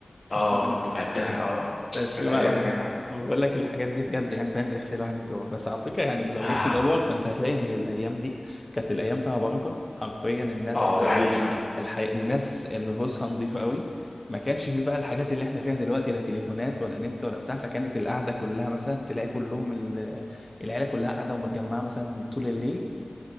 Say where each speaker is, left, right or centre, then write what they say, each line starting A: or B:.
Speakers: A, on the left; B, on the left.
A: اه
B: مش مجمع
A: كنت بحبها اه
B: مش
A: كانت
B: مجمع
A: ايام
B: أوي
A: يا جدع والله.
B: بقول لك الحاجات دي بجد يعني فاهم بتغسل الواحد من جوه بس على فكرة يعني لو
A: اه
B: جيت تدور فأنت هتلاقي إن الأيام دي كانت الأيام فيها بركة حرفيا الناس
A: اه ده
B: آه،
A: حقيقي فعلا
B: الحي... الناس نفوسها نظيفة أوي ما كانش في بقى الحاجات اللي احنا فيها دلوقتي لا تليفونات ولا نت ولا بتاع فكانت القعدة كلها مثلا تلاقي كلهم ال... العيلة كلها قاعدة ومتجمعة مثلا طول الليل